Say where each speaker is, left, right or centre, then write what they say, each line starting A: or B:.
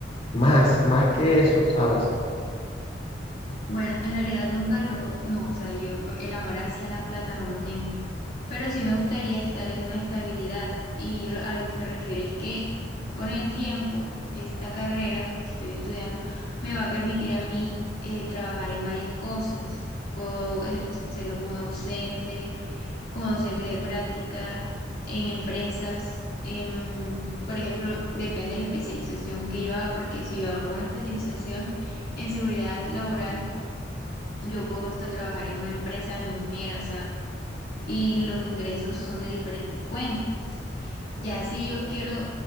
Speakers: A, on the left (about 40°); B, on the left (about 55°).
A: más, más que eso, ¿sabes?
B: Bueno, en realidad nunca lo, no, o sea, yo el amor hacia la plata no lo tengo. pero sí me gustaría estar en una estabilidad. Y lo- a lo que me refiero es que con el tiempo, esta carrera que estoy estudiando me va a permitir a mí eh, trabajar en varias cosas. Puedo ejercerlo como docente, como docente de práctica, en empresas. en- por ejemplo, depende de la especialización que yo haga, porque si yo hago una especialización en seguridad laboral, yo puedo hasta trabajar en una empresa minera, o sea, y los ingresos son de diferentes fuentes. Ya si yo quiero